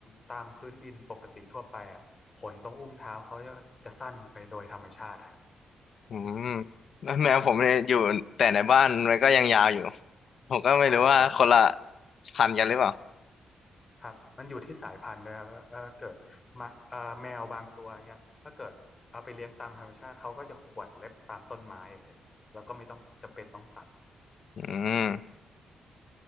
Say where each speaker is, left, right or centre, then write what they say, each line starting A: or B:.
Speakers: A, on the left (about 30°); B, on the left (about 60°).
A: ตามพื้นดินปกติทั่วไปอ่ะขนตรงอุ้งเท้าเขาจะจะสั้นไปโดยธรรมชาติฮะ
B: อืม
A: อืม
B: แล้วแมวผมเนี่ยอยู่แต่ในบ้านมันก็ยังยาวอยู่ผมก็ไม่รู้ว่าคนละ
A: ใช่ครับ
B: พันธุ์กันหรือเปล่า
A: ครับมันอยู่ที่สายพันธุ์ด้วยครับเออเกิดมาเอ่อแมวบางตัวเงี้ยถ้าเกิดเอาไปเลี้ยงตามธรรมชาติเขาก็จะข่วนเล็บตามต้นไม้อะไรเงี้ยแล้วก็ไม่ต้องจำเป็นต้องตัด
B: อืม
A: อืม